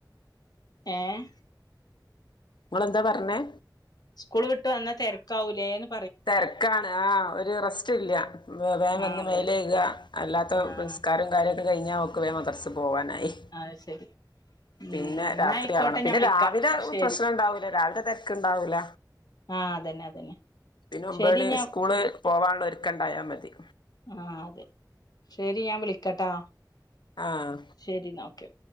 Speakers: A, on the left (about 60°); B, on the left (about 85°).
A: ഏഹ്
B: ഇങ്ങളെന്താ പറഞ്ഞേ?
A: സ്കൂൾ വിട്ട് വന്ന തെരക്കാവൂല്ലേന്ന്?
B: തെരക്കാണ് ആഹ് ഒരു റസ്റ്റില്ല. വേം
A: ആഹ്
B: വന്ന്
A: അതന്നെ
B: മേലെഴുക അല്ലാത്ത
A: ആഹ്
B: നിസ്കാരം കാര്യക്കെ കഴിഞ്ഞാ അവക്ക് വേം മദ്‌റസ്ക്കോവാനായി.
A: അത് ശരി ഉം
B: പിന്നെ
A: എന്നാ
B: രാത്രിയാവണം
A: ആയിക്കോട്ടെ
B: പിന്നെ
A: ഞാൻ വിളിക്കാം
B: രാവിലെ
A: ശരി
B: പ്രശ്നണ്ടാവൂല രാവിലെ തെര് ക്ക്ണ്ടാവുല.
A: ആഹ് അതന്നെ അതന്നെ.
B: പിന്നെ ഒമ്പത്മണി
A: ശരി ഞാൻ
B: സ്കൂള് പോവാനുള്ള ഒരുക്കണ്ടായാ മതി.
A: ആഹ് അതെ ശരി ഞാൻ വിളിക്കട്ടാ.
B: ആഹ്.
A: ശരിന്നാ ഓക്കെ.